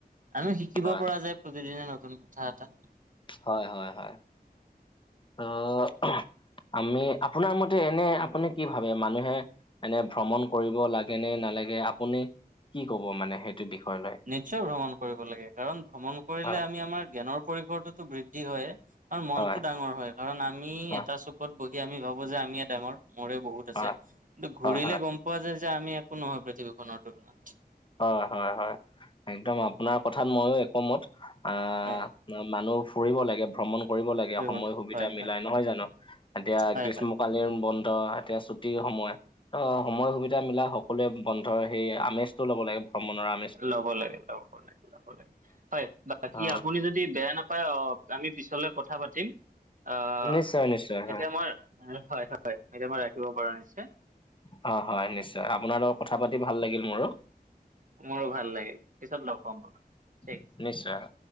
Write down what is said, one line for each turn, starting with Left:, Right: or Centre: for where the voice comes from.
Right: আমি শিকিব
Left: হয়
Right: পৰা যে প্ৰতিদিনে নতুন কথা এটা
Left: হয়- হয়-হয় <unintelligible> আমি আপোনাৰ মতে এনে আপুনি কি ভাবে মানুহে এনে ভ্ৰমণ কৰিব লাগে নে নালাগে আপুনি কি ক'ব মানে সেইট এইটো বিষয় লয়।
Right: নিশ্চয় ভ্ৰমণ কৰিব লাগে কাৰণ ভ্ৰমণ কৰিলে
Left: হয়
Right: আমি আমাৰ জ্ঞানৰ পৰিসৰটোতো বৃদ্ধি হয়ে আৰু মনটো
Left: হয়
Right: ডাঙৰ হয় কাৰণ আমি
Left: হয়
Right: এটা চুকত বহি আমি ভাবো যে আমিয়ে ডাঙৰ মোৰে বহুত
Left: হয়
Right: <unintelligible> কিন্তু ঘূৰিলে
Left: হয়
Right: গম পোৱা যায় যে আমি একো নহয় পৃথিৱীখনৰ তুলনাত।
Left: অহ, হয় -হয় একদম আপোনাৰ কথাত ময়ো একমত আহ,
Right: হয়
Left: মানুহ ফুৰিব লাগে, ভ্ৰমণ কৰিব লাগে
Right: ফুৰিবলৈ
Left: সময় সুবিধা
Right: হয়
Left: মিলাই
Right: হয়
Left: নহয় জানো এতিয়া
Right: হয়
Left: গ্ৰীষ্ম
Right: হয়।
Left: কালীন বন্ধ এতিয়া ছুটিৰ সময় অ, সময় সুবিধা মিলাই সকলোৱে বন্ধৰ সেই আমেজটো লব লাগে ভ্ৰমণৰ আম
Right: ল'ব লাগে -ল'ব লাগে -ল'ব লাগে হয় বাকী
Left: অ
Right: আপুনি যদি তি বেয়া নাপায় অ, আমি পিছলৈ কথা পাতিম আহ,
Left: নিশ্চয় নিশ্চয় হয়
Right: এতিয়া মই <unintelligible> হয়- হয় এতিয়া মই ৰাখিব পাৰো‌‌ নিশ্চয়?
Left: হয় -হয় নিশ্চয় আপোনাৰ লগত কথা পাতি ভাল লাগিল মোৰো।
Right: মোৰো ভাল লাগিল পিছত লগ পাম বাৰু ঠিক আছে
Left: <unintelligible> নিশ্চয় হয়।